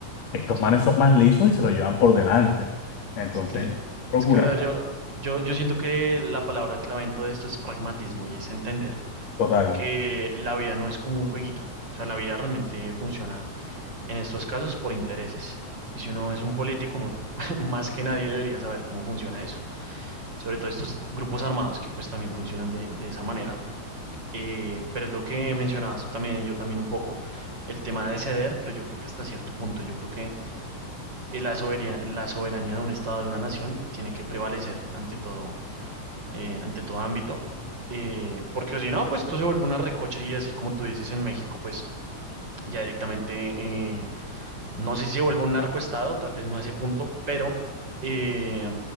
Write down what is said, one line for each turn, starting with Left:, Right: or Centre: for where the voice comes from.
Left: estos
Right: Sí.
Left: manes son más lisos y se lo llevan por delante. Entonces,
Right: Es que,
Left: él procura,
Right: es que, brother, yo, yo, yo siento que la palabra clave en todo esto es pragmatismo y es entender
Left: total.
Right: que la vida no es como un jueguito. O sea, la vida realmente funciona en estos casos por intereses. Y si uno es un político, uno <laughs> más que nadie debería saber cómo funciona eso. Sobre todo estos grupos armados que pues también funcionan de de esa manera Eh, pero es lo que mencionabas tú también y yo también un poco, el tema de ceder, pero yo creo que hasta cierto punto, yo creo que eh, la soberanía, la soberanía de un Estado, de una nación, tiene que prevalecer ante todo, eh, ante todo ámbito, eh, porque si no, pues tú se vuelve una recocha y así como tú dices en México, pues ya directamente, eh, no sé si se vuelve un narcoestado, tal vez no a ese punto, pero eh,